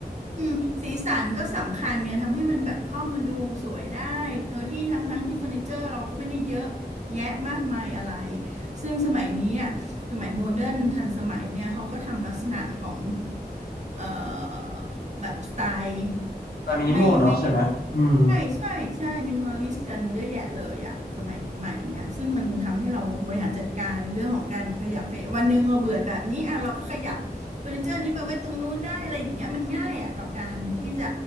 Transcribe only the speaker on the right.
อืมสีสันก็สำคัญไงทำให้มันแบบห้องมันดูสวยได้โดยที่ทั้งๆที่เฟอร์นิเจอร์เราก็ไม่ได้เยอะแยะมากมายอะไรซึ่งสมัยนี้อ่ะสมัยโมเดิร์นทันสมัยเนี่ยเขาก็ทำลักษณะของเอ่อแบบสไตล์
ไม่ไม่ ใช่ใช่ใช่มินิมอลิสต์กันเยอะแยะเลยอะสมัยใหม่เนี้ยซึ่งมันทำให้เราบริหารจัดการในเรื่องของการขยับขยับวันหนึ่งเราเบื่อแบบนี้อ่ะเราก็ขยับเฟอร์นิเจอร์นี้ไปไว้ตรงนู้นได้อะไรอย่างเงี้ยมันง่ายอะต่อการที่จะ